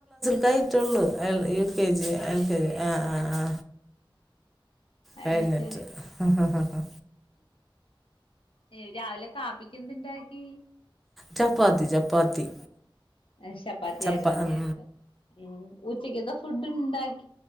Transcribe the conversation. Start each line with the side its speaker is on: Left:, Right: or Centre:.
Centre: കയിട്ടുള്ളൂ L U K G L K G ആ ആ ആ
Left: അത്
Centre: കയ്ഞ്ഞിട്ട്
Left: ശരി
Centre: അ അ അ ഹാാ
Left: ഏ രാവിലെ കാപ്പിക്കെന്ത് ണ്ടാ‌ക്കീ
Centre: ചപ്പാത്തി ചപ്പാത്തി
Left: എ ചപ്പാത്തി
Centre: ചപ്പ
Left: ആയിരുന്നോ
Centre: ഉം
Left: ഉം ഉച്ചക്ക് എന്തോ ഫുഡ്ണ്ടാക്